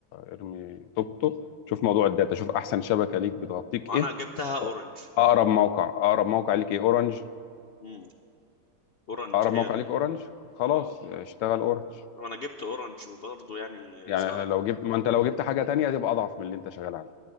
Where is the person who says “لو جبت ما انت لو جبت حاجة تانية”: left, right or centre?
Left